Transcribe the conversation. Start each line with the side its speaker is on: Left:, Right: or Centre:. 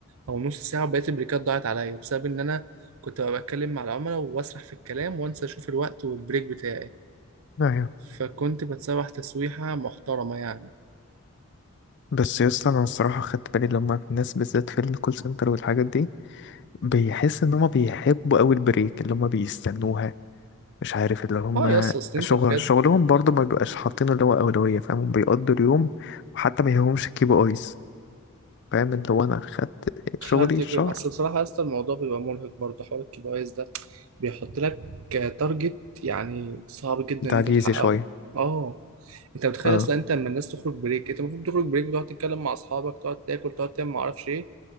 Right: او نص ساعه وبقيت البريكات ضاعت عليا بسبب ان انا كنت ببقى بتكلم مع العملاء واسرح في الكلام وانسى اشوف الوقت والبريك بتاعي
Left: أيوه
Right: فكنت بتسوح تسويحه محترمه يعني
Left: بس يا اسطى أنا الصراحة خدت بالي لما الناس بالذات في الكول سنتر والحاجات دي بيحس إن هما بيحبوا أوي البريك اللي هما بيستنوها مش عارف اللي هما
Right: اه يا اسطى اصل انت
Left: شغل
Right: بجد
Left: شغلهم برضه ما بيبقاش حاطين اللي هو أولوية فاهم بيقضوا اليوم وحتى ما يهمهمش الكيبي آيز فاهم اللي هو انا خدت
Right: خدت
Left: شغلي الشهر
Right: اصل بصراحه يا اسطى الموضوع بيبقى مرهق برضه حوار الكي بي ايز ده بيحط لك تارجت يعني صعب جدا ان
Left: تعجيزي
Right: انت تحققه
Left: شوية
Right: اه انت متخيل
Left: اه
Right: اصلا انت لما الناس تخرج بريك انت المفروض تخرج بريك بتقعد تتكلم مع اصحابك تقعد تاكل تقعد تعمل ما اعرفش ايه